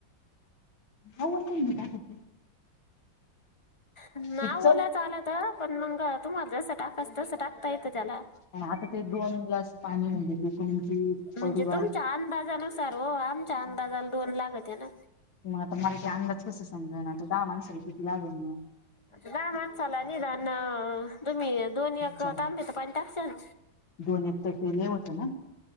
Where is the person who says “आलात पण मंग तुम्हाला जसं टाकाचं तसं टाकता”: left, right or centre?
Left